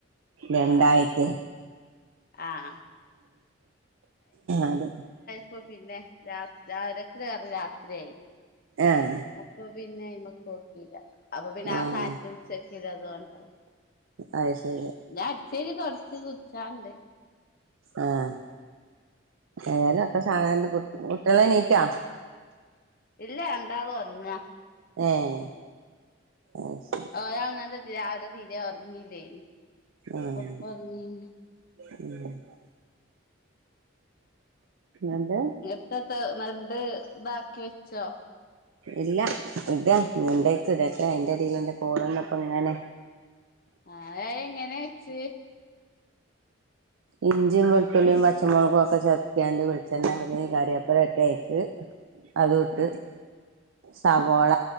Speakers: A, on the right; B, on the left.
A: രണ്ടായിട്ടേ
B: ആഹ് ആഹ്
A: അത്
B: ഇപ്പൊ പിന്നെ രാവിലക്കര രാത്രിയായി
A: ആഹ്
B: അപ്പൊ പിന്നെ അയിമ്മക്ക് നോക്കീല അപ്പൊ പിന്നെ ആ
A: ആഹ്
B: സാനത്ത് അതുകൊണ്ടായി.
A: അത് ശരി
B: ഞാൻ ഇട്ടിലി കുറച്ച് കുച്ചാണ്ട്.
A: ആഹ് ഏതെലും അപ്പം സാധാനം കുട്ടിള്ണീറ്റോ?
B: ഇല്ല രണ്ടാളും ഉറങ്ങാ.
A: ആഹ് അത് ശരി
B: ഒരാൾ ഇനല്ലെ രാവിലെ തീ തീരെ ഉറങ്ങില്ലേ
A: ആഹ്
B: അപ്പോ ഉറങ്ങിന്.
A: <inaudible> എന്തേ.
B: ഇങ്ങത്തെ നണ്ട് ഇതാക്കി വെച്ചോ
A: ഇല്ല ഇട മുണ്ടേക്ക് <unintelligible> രെറ്റ എയിന്റെടി ഇടെല് അന്റെ കോള് വന്ന്പ്പംഇങ്ങനെ
B: ആഹ് അ എങ്ങിനെ വെച്ച്.
A: ഇഞ്ചി വെളുത്തുള്ളി പച്ച മുളക് ക്ക ചതച്ങ്ങണ്ട് വെളിച്ചെണ്ണ ഇറങ്ങി കറിവേപ്പില ഇട്ട് അതുംഇട്ട്. സവോള